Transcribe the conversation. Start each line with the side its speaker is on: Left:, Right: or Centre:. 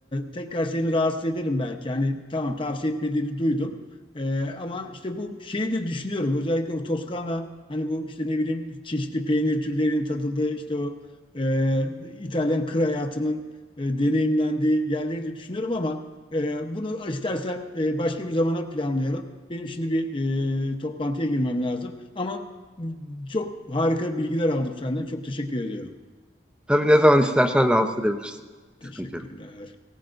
Left: tekrar seni rahatsız ederim belki. Yani tamam tavsiye etmediğini duydum. E, ama işte bu şeyi de düşünüyorum. Özellikle o Toskana hani bu işte ne bileyim çeşitli peynir türlerinin tadıldığı işte o e, İtalyan kır hayatının e, deneyimlendiği yerleri de düşünüyorum ama e, bunu istersen e, başka bir zamana planlayalım. Benim şimdi bir e, toplantıya girmem lazım. Ama çok harika bilgiler aldım senden. Çok teşekkür ediyorum.
Centre: Tabii ne zaman istersen rahatsız edebilirsin.
Left: Teşekkürler.
Centre: Sıkıntı yok.